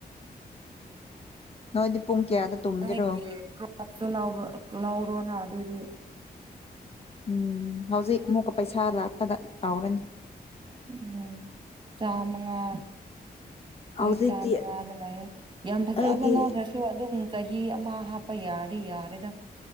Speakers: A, on the left; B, on the right.
A: ꯅꯣꯏꯗꯤ ꯄꯨꯡ ꯀꯌꯥꯗ ꯇꯨꯝꯒꯦꯔꯣ
B: ꯅꯪꯅꯣꯢꯒꯤ ꯀ꯭ꯔꯣꯛꯇꯨ ꯂꯧꯔꯣ ꯂꯧꯔꯣꯅ ꯑꯗꯨꯗꯤ
A: ꯎꯝ ꯍꯧꯖꯤꯛ ꯑꯃꯨꯛꯀ ꯄꯩꯁꯥ ꯂꯥꯛꯄꯗ ꯇꯧꯔꯅꯤ
B: ꯎꯝ ꯆꯥꯃꯉꯥ
A: ꯍꯧꯖꯤꯛꯇꯤ
B: ꯑꯩ ꯆꯥꯃꯉꯥꯗ ꯂꯩꯌꯦ ꯌꯥꯝ ꯐꯖꯕ
A: ꯑꯩꯒꯤ
B: ꯂꯥꯎꯗ꯭ꯔꯁꯨ ꯑꯗꯨꯝ ꯆꯍꯤ ꯑꯃ ꯍꯥꯞꯄ ꯌꯥꯔꯗꯤ ꯌꯥꯔꯦꯗ